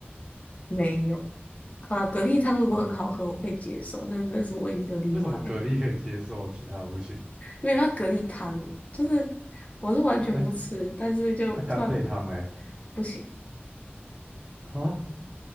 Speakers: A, on the left; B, on the right.
A: 没有。好了，蛤蜊汤如果很好喝，
B: 的。
A: 我可以接受，那那是唯一的例外。
B: 为什么蛤蜊可以接受，其他的不行？
A: 没有，那蛤蜊汤就是我是完全不吃，
B: 那个
A: 但是就突然
B: 啊，干贝汤嘞？
A: 不行，
B: 啊，